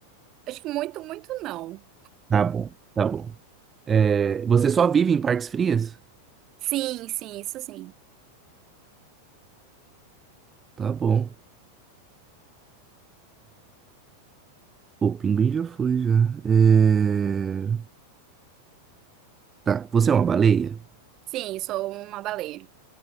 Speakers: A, on the right (about 35°); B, on the right (about 20°).
A: Acho que muito, muito não.
B: Tá bom, tá bom. É, Você só vive em partes frias?
A: Sim, sim, isso sim.
B: Tá bom. O pinguim já foi, já. É, Tá. Você é uma baleia?
A: Sim, sou uma baleia.